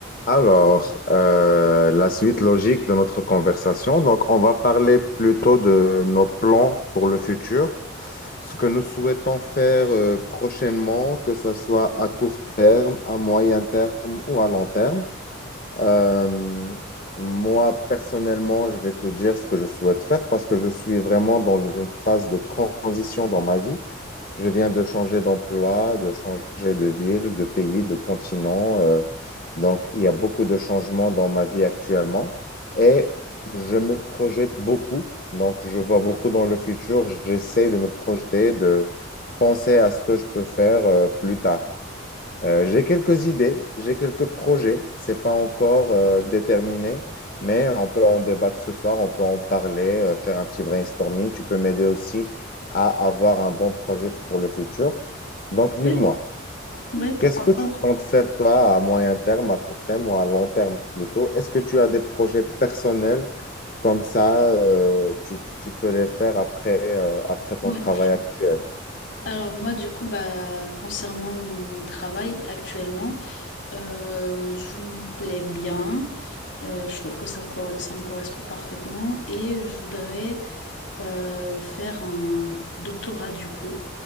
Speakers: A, on the left (about 45°); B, on the left (about 60°).
A: Alors, euh, la suite logique de notre conversation. Donc, on va parler plutôt de nos plans pour le futur, ce que nous souhaitons faire euh, prochainement, que ce soit à court terme, à moyen terme ou à long terme. Euh, moi, personnellement, je vais te dire ce que je souhaite faire parce que je suis vraiment dans une phase de transition dans ma vie je viens de changer d'emploi, de changer de ville, de pays, de continent. euh, donc, il y a beaucoup de changements dans ma vie actuellement et je me projette beaucoup. Donc, je vois beaucoup dans le futur. J'essaie de me projeter, de penser à ce que je peux faire euh, plus tard. Euh, j'ai quelques idées, j'ai quelques projets. C'est pas encore euh, déterminé, mais on peut en débattre ce soir, on peut en parler, euh, faire un petit brainstorming. Tu peux m'aider aussi à avoir un bon projet pour le futur. Donc, dis-moi,
B: Ouais, ouais, pourquoi?
A: qu'est-ce que tu comptes faire toi à moyen terme, à court terme ou à long terme plutôt? Est-ce que tu as des projets personnels comme ça, euh, tu, tu- tu peux les faire après, euh, après ton
B: Ouais.
A: travail actuel?
B: Alors moi, du coup, bah, concernant mon travail actuellement, euh, je me plais bien. Euh, je trouve que ça me, cor- ça me correspond parfaitement et je voudrais euh, faire un doctorat du coup